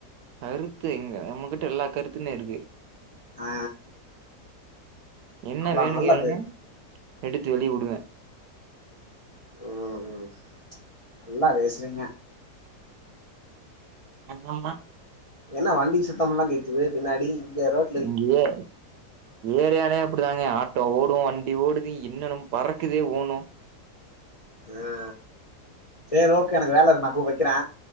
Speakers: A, on the right; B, on the left.
A: கருத்து இங்க நம்மகிட்ட எல்லா கருத்துன்னே இருக்கு
B: ஆ
A: என்ன
B: நல்லா
A: வேணு
B: நல்லா
A: கேளுங்க
B: பே
A: எடுத்து வெளிய விடுவே
B: ம் ம் நல்லா பேசுறீங்க
A: ஆம்மா
B: என்ன வண்டி சத்தம்ல்லா கேக்குது பின்னாடி இங்க ரோட்
A: இங்கயே ஏரியாலயே அப்படிதாங்க ஆட்டோ ஓடு வண்டி ஓடுது இன்னன்னு பறக்குது ஒவ்வொண்ணு
B: ஆ சரி ஓக் க்கா எனக்கு வேலை இருக்கு நா கூப் வைக்கிறே